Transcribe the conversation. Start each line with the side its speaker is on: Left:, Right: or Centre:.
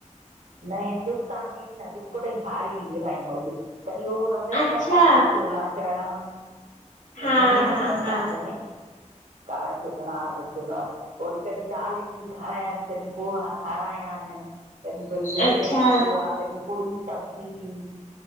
Right: न हिंदुस्तानी, न बिस्कुट जी फारी विरायूं अॼु। कॾहिं उहो रधंदी
Left: अच्छा
Right: कारा छोला चणा
Left: हा
Right: रधंदी आहियां
Left: हा
Right: प्रसाद
Left: हा
Right: में कारा चणा कॾी छोला। पोइ वरी कॾहिं दाल हिकिड़ी खारायांनि, कॾहिं पोहा खारायांनि। कॾहिं भई ब्रेड
Left: अच्छा
Right: जा पकोड़ा, कॾहिं पूरी-सब्जी थी।